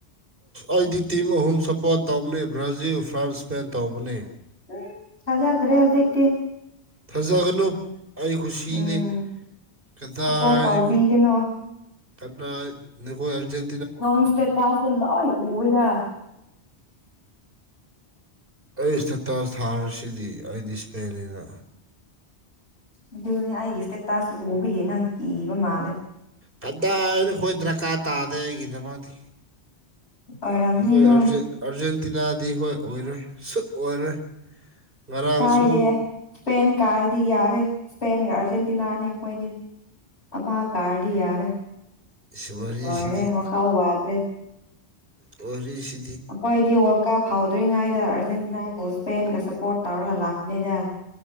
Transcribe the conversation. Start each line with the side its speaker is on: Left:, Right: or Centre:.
Right: ꯑꯩꯗꯤ ꯇꯤꯝ ꯑꯍꯨꯝ ꯁꯄꯣꯔꯠ ꯇꯧꯕꯅꯤ ꯕ꯭ꯔꯥꯖꯤꯜ ꯐ꯭ꯔꯥꯟꯁ ꯁꯄꯦꯟ ꯇꯧꯕꯅꯤ
Left: ꯎꯝ ꯍꯖꯗ꯭ꯔꯦ ꯍꯧꯗꯀꯤ
Right: ꯊꯥꯖꯒꯅꯨ ꯑꯩ ꯈꯨꯁꯤꯅꯤ
Left: ꯎꯝ
Right: ꯀꯗꯥꯏꯗꯒꯤ
Left: ꯁꯞꯄꯣꯔꯠ ꯇꯧꯕꯤꯒꯅꯨ
Right: ꯀꯗꯥ꯭ꯔ ꯅꯈꯣ ꯑꯔꯖꯦꯟ
Left: ꯀꯪꯁꯇꯦ ꯇꯥꯁꯦ ꯂꯣꯏ ꯎꯣꯏꯗ
Right: ꯑꯩ ꯏꯁꯇꯦꯇꯥꯁ ꯊꯥꯔꯁꯤꯗꯤ ꯑꯩꯗꯤ ꯏꯁꯄꯦꯅꯤꯅ
Left: ꯑꯗꯨꯅꯦ ꯑꯩꯒꯤ ꯏꯁꯇꯦꯇꯥꯁ ꯎꯕꯒꯤ ꯅꯪ ꯀꯤꯕ ꯃꯥꯜꯂꯦ
Right: ꯀꯗꯥꯏ ꯑꯩꯈꯣꯏ ꯗꯔꯀꯥꯔ ꯇꯥꯗꯦ ꯑꯩꯒꯤꯗꯃꯛꯇ
Left: ꯑꯣꯏꯔꯝꯅꯤ
Right: ꯑꯩꯈꯣꯏ
Left: ꯍꯣꯏ
Right: ꯑꯥꯔꯖꯦꯟꯇꯤꯅꯥꯗꯤ ꯍꯣꯏ ꯑꯣꯏꯔꯣꯏ ꯁꯨꯛ ꯑꯣꯏꯔꯣꯏ ꯉꯔꯥꯡꯁꯨ
Left: ꯀꯥꯏꯗꯦ ꯏꯁꯄꯦꯟ ꯀꯥꯔꯗꯤ ꯌꯥꯔꯦ ꯏꯁꯄꯦꯟꯒ ꯑꯥꯔꯖꯦꯟꯇꯤꯅꯥꯅꯤ ꯑꯩꯈꯣꯏꯗꯤ ꯑꯃ ꯀꯥꯔꯗꯤ ꯌꯥꯔꯦ
Right: ꯁꯤ ꯋꯥꯔꯤꯁꯤꯗꯤ
Left: ꯂꯣꯏꯔꯦ ꯋꯥꯈꯥꯎ ꯋꯥꯗ꯭ꯔꯦ
Right: ꯑꯣꯔꯤꯁꯤ
Left: ꯑꯩꯈꯣꯏꯗꯤ ꯋꯥꯔꯜ ꯀꯞ ꯐꯥꯎꯗ꯭ꯔꯤꯉꯩꯗ ꯑꯥꯔꯖꯦꯟꯇꯤꯅꯥꯕꯨ ꯏꯁꯄꯦꯟꯒ ꯁꯞꯄꯣꯔꯠ ꯇꯧꯔꯒ ꯂꯥꯛꯄꯅꯤꯗ